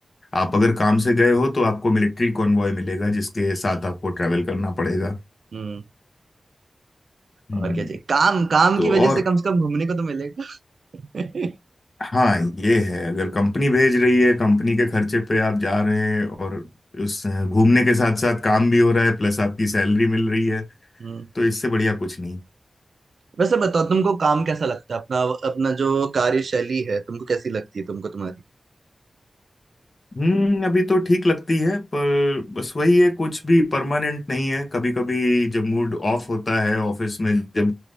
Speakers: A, on the left; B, on the right.
A: आप अगर काम से गए हो तो आपको मिलिट्री कॉन्वॉय मिलेगा जिसके साथ आपको ट्रैवल करना पड़ेगा
B: हम्म।
A: हम्म
B: और क्या चाहिए काम काम
A: तो
B: की वजह
A: और
B: से कम से कम घूमने को तो मिलेगा <laughs>
A: हाँ ये है अगर कंपनी भेज रही है कंपनी के खर्चे पे आप जा रहे हैं और उस घूमने के साथ साथ काम भी हो रहा है प्लस आपकी सैलरी मिल रही है
B: हम्म
A: तो इससे बढ़िया कुछ नहीं
B: वैसे बताओ तुमको काम कैसा लगता है अपना अपना जो कार्यशैली है तुमको कैसी लगती है तुमको तुम्हारी
A: हम्म अभी तो ठीक लगती है पर बस वही है कुछ भी परमानेंट नहीं है कभी कभी जब मूड ऑफ होता है ऑफिस में जब